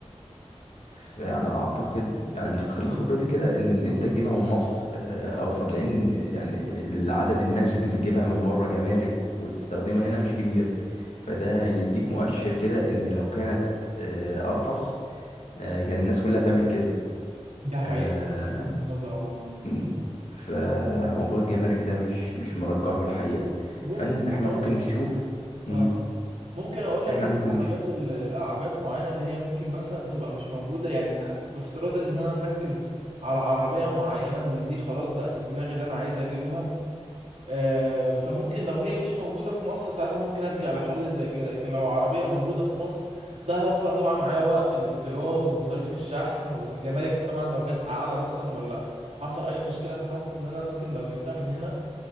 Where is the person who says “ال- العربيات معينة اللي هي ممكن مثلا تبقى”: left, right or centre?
Right